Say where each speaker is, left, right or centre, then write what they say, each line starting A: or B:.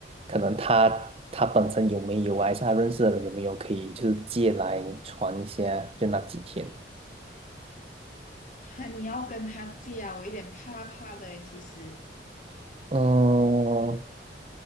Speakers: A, on the right; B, on the left.
A: 可能他他本身有没有啊，还是他认识的人有没有可以就是借来穿一下，就那几天。
B: <laughs> 啊。你要跟他借啊，我有点怕怕的耶其实。
A: 嗯，